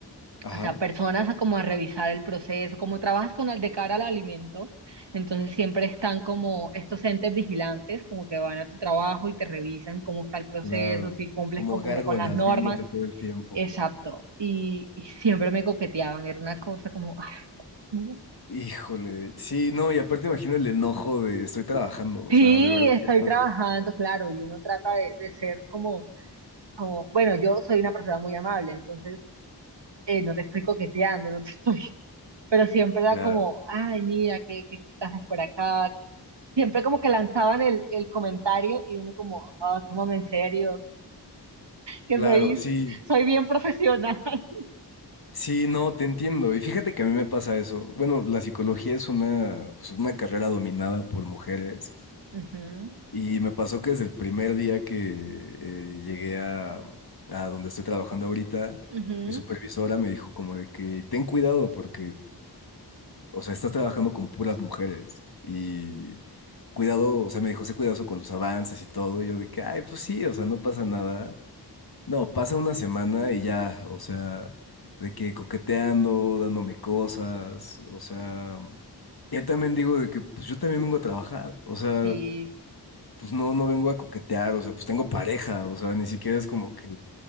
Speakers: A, on the left; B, on the right.
A: Ajá,
B: o sea, personas a como a revisar el proceso, como trabajas con el de cara al alimento, entonces siempre están como estos entes vigilantes, como que van a tu trabajo y te revisan cómo está el proceso,
A: claro.
B: si cumples
A: Como
B: con,
A: gárgolas
B: como con las normas.
A: viéndote todo el tiempo.
B: Exacto. Y, y siempre me coqueteaban, era una cosa como, "Ay, no,
A: Híjole, sí, no, y aparte imagino el enojo de estoy trabajando, o
B: sí,
A: sea, de verdad,
B: estoy
A: ya,
B: trabajando, claro, y uno trata de, de ser como, como, bueno, yo soy una persona muy amable, entonces eh, no te estoy coqueteando, no te <laughs> estoy, pero siempre era
A: claro,
B: como, ay, mira, qué, qué haces por acá. Siempre como que lanzaban el, el comentario y uno como, ah, tómame en serio, que
A: claro,
B: soy,
A: sí.
B: soy bien profesional. <laughs>
A: Sí, no, te entiendo. Y fíjate que a mí me pasa eso. Bueno, la psicología es una, pues, una carrera dominada por mujeres.
B: Ujú,
A: Y me pasó que desde el primer día que eh, llegué a, a donde estoy trabajando ahorita,
B: ujú,
A: mi supervisora me dijo como de que ten cuidado porque, o sea, estás trabajando con puras mujeres. Y cuidado, o sea, me dijo, sé cuidadoso con los avances y todo. Y yo de que, ay, pues sí, o sea, no pasa nada. No, pasa una semana y ya, o sea, de que coqueteando, dándome cosas, o sea, ya también digo de que pues yo también vengo a trabajar, o sea,
B: sí.
A: pues no, no vengo a coquetear, o sea, pues tengo pareja, o sea, ni siquiera es como que,